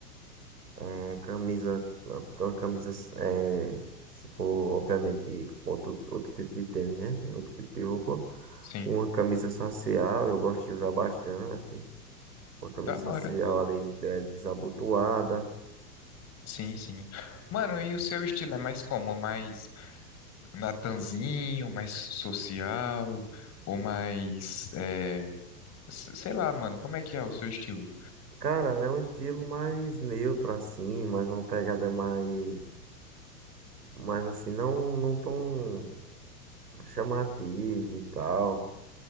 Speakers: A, on the right; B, on the left.
A: É, camisa, uma camisa, é, se for, obviamente, outro, outro tipo de tênis, né? Outro tipo de roupa.
B: Sim.
A: Uma camisa social, eu gosto de usar bastante. Uma camisa
B: Da hora.
A: social ali é, desabotoada.
B: Sim, sim. Mano, e o seu estilo é mais como? Mais natanzinho, mais social, ou mais, é, s- sei lá, mano, como é que é o seu estilo?
A: Cara, é um estilo mais neutro, assim, mais uma pegada mais. Mas assim, não, não tão chamativo e tal.